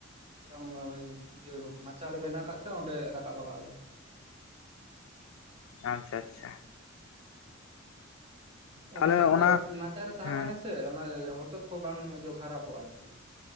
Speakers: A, on the right; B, on the left.
A: ᱢᱤᱫᱴᱟᱝ ᱤᱭᱟᱹ ᱢᱟᱪᱟ ᱞᱮ ᱵᱮᱱᱟᱣ ᱠᱟᱜᱛᱮ ᱚᱸᱰᱮ ᱨᱟᱠᱟᱵ ᱠᱟᱜᱼᱟ ᱞᱮ ᱾
B: ᱟᱪᱪᱷᱟ ᱟᱪᱪᱷᱟ᱾ ᱛᱟᱦᱚᱞᱮ
A: ᱮᱸᱰᱮᱠᱷᱟᱱ
B: ᱚᱱᱟ
A: ᱫᱚ ᱢᱟᱪᱟᱨᱮ ᱛᱟᱦᱮᱸ
B: ᱦᱮᱸ
A: ᱢᱟᱱᱮ ᱥᱮ ᱚᱱᱟ ᱦᱚᱛᱚᱫ ᱠᱚ ᱵᱟᱝ ᱡᱚ ᱠᱷᱟᱨᱟᱯᱚᱜᱼᱟ ᱟᱨᱠᱤ᱾